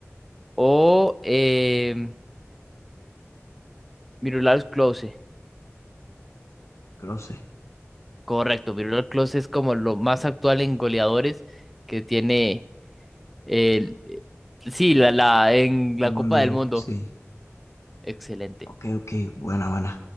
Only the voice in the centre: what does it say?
o eh, Miroslav Klose.
Correcto, Miroslav Klose es como lo más actual en goleadores que tiene el, sí, la, la, en
la
Copa del Mundo.
Excelente.